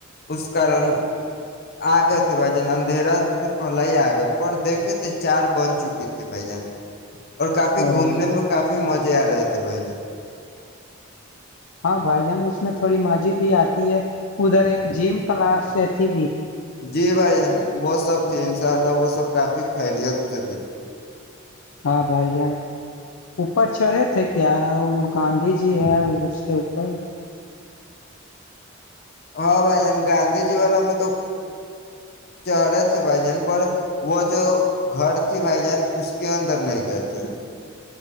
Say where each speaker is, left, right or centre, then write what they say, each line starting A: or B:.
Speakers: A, on the left; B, on the left.
A: اس کارن آ گئے تھے بھائی جان اندھیرا سے پہل ہی آ گئے پر دیکھے تھے چار بن چکی تھی بھائی جان اور کافی
B: اور
A: گھومنے میں کافی مز جیار تھے بائی جے
B: ہاں بھائی جان اس میں تھوڑی مضی بھی آتی ہے ادھر ایک جم کلاس تھی
A: جی بھائی جان وہ سب تھی ان شاء اللہ وہ سب کافی خیریت سے بھی تھی
B: ہاں بھائی جان اوپر چڑھے تھے کیا وہ گاندھی جی ہیں وہ اس کے اوپر
A: ہاں بھائی گاندھی جی واللا میں تو چہرے تھے بھائی جان پر وہ جو گھر بھائی جان اس کے اندر نہیں گئےتے